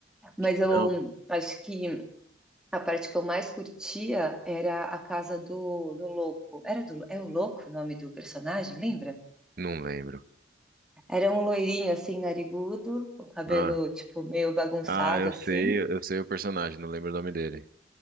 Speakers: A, in the centre; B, on the right.
A: Mas eu
B: Não,
A: acho que a parte que eu mais curtia era a casa do, do louco. Era do, é o louco o nome do personagem, lembra?
B: não lembro.
A: Era um loirinho, assim, narigudo, o cabelo,
B: Ah,
A: tipo, meio bagunçado,
B: ah, eu
A: assim.
B: sei, eu sei o personagem, não lembro o nome dele.